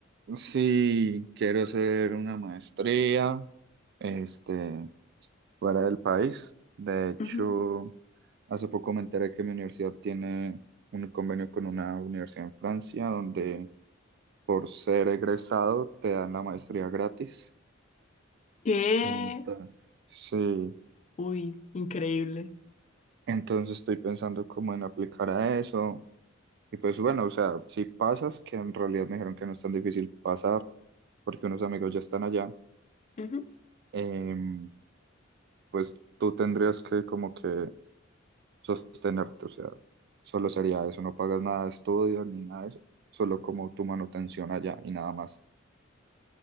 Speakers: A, on the right; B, on the left.
A: Sí, quiero hacer una maestría. Este. fuera del país. De hecho,
B: Ujú.
A: hace poco me enteré que mi universidad tiene un convenio con una universidad en Francia donde por ser egresado te dan la maestría gratis.
B: ¿Qué?
A: Entonces, sí,
B: Uy, increíble.
A: entonces estoy pensando como en aplicar a eso. Y pues bueno, o sea, si pasas, que en realidad me dijeron que no es tan difícil pasar porque unos amigos ya están allá,
B: Ujú.
A: em, pues tú tendrías que como que sostenerte, o sea, solo sería eso, no pagas nada de estudio ni nada de eso, solo como tu manutención allá y nada más.